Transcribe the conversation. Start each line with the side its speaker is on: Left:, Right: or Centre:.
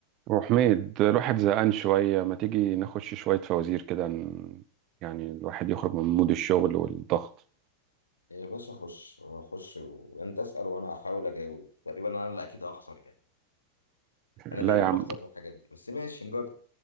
Right: وحميد الواحد زهقان شوية ما تيجي نخش شوية فوازير كده ن- يعني الواحد يخرج من مود الشغل والضغط
Left: يا باشا خش خش وانت اسأل وانا هحاول اجاوب تقريبا انا اللي اكيد هخسر يعني انا
Right: لا
Left: دايما
Right: يا
Left: بخسر
Right: عم
Left: في الحاجات دي بس ماشي نجرب